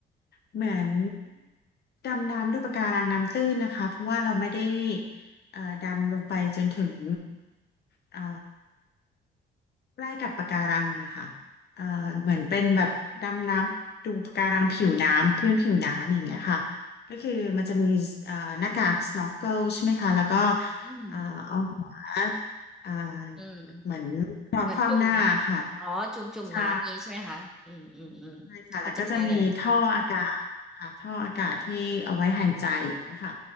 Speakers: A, on the left; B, in the centre.
A: เหมือนดำน้ำดูปะการังน้ำตื้นนะคะเพราะว่าเราไม่ได้เอ่อดำลงไปจนถึงเอ่อ ใกล้กับปะการังอะค่ะเอ่อเหมือนเป็นแบบดำน้ำดูปะการังผิวน้ำเพื่อนผิวน้ำอย่างเงี้ยค่ะก็คือมันจะมีเอ่อหน้ากาก snorkel ใช่ไหมคะแล้วก็
B: อืม
A: เอ่อเอาหัวเอ่อ
B: อืม
A: เหมือนนอนคว่ำหน้าค่ะ
B: เหมือนจุ่มอ๋อจุ่มจุ่มน้ำอย่างนี้ใช่ไหมคะอืมอืมอืมเข้าใจได้เลย
A: ใช่ใช่ค่ะแล้วก็จะมีท่ออากาศค่ะท่ออากาศที่เอาไว้หายใจนะคะ